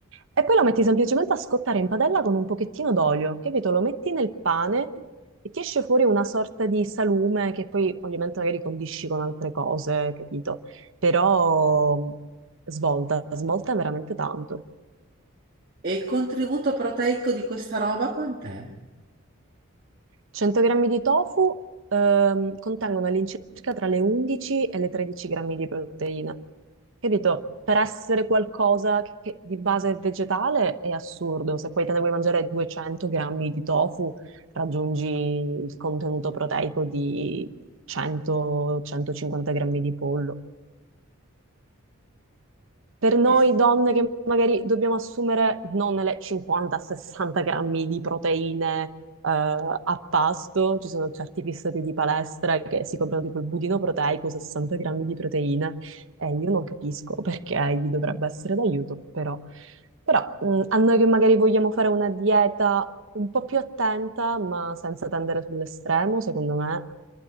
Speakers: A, on the right; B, on the right.
A: E poi lo metti semplicemente a scottare in padella con un pochettino d'olio, capito? Lo metti nel pane e ti esce fuori una sorta di salume che poi ovviamente magari condisci con altre cose, capito? Però mm, svolta, svolta veramente tanto.
B: E il contributo proteico di questa roba quant'è?
A: 100 grammi di tofu ehm, contengono all'incirca tra le 11 e le 13 grammi di proteine. Capito? Per essere qualcosa che di base è vegetale è assurdo. Se poi te ne vuoi mangiare 200 grammi di tofu, raggiungi il contenuto proteico di 100-150 grammi di pollo. Per noi
B: È,
A: donne che magari dobbiamo assumere non le 50-60 grammi di proteine eh, a pasto, ci sono certi fissati di palestra che si comprano tipo il budino proteico, 60 grammi di proteine, e io non capisco perché gli dovrebbe essere d'aiuto, però, però mh, a noi che magari vogliamo fare una dieta un po' più attenta, ma senza tendere sull'estremo, secondo me